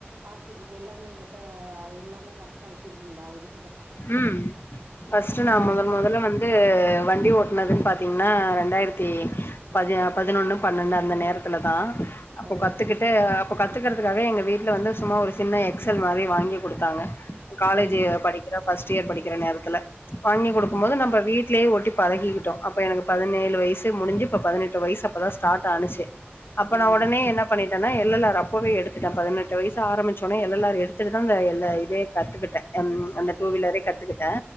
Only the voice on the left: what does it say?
ம் ஃபஸ்டு நா மொதல்
மொதல்ல வந்து வண்டி ஓட்னதுன் பாத் திங்னா ரெண்டாயிர்த்தி பதி பதினொன்னு பன்னண்டு அந்த நேரத்துல தான் அப்போ
கத்துக்கிட்டு இப்போ கத்துக்கறதுக்காகவே எங்க வீட்ல வந்து சும்மா ஒரு சின்ன எக்ஸல் மாரி வாங்கி குடுத்தாங்க காலேஜு
படி ஃபஸ்ட் இயர் படிக்கிற நேரத்துல வாங்கி குடுக்கும்போது
நம்ப வீட்லயே ஓட்டி பழகிகிட்டோம் அப்ப எனக்கு பதுனேழோ னேழு வயசு முடிஞ்சு இப்ப பதினெட்டு வயசு அப்போ தான் ஸ்டாட் ஆனுச்சு அப்ப
நா ஒடனே என்ன பண்ணிட்டேனா எல் எல் ஆர் அப்போவே எடுத்துட்டேன் பதுனெட்டு வயசு ஆரமிச்சோனே எல் எல் ஆர் எடுத்துட்டுதான் அந்த ல்ல இதே கத்துக்கிட்டேன் எம் அந்த டூவீலரே கத்துக்கிட்டே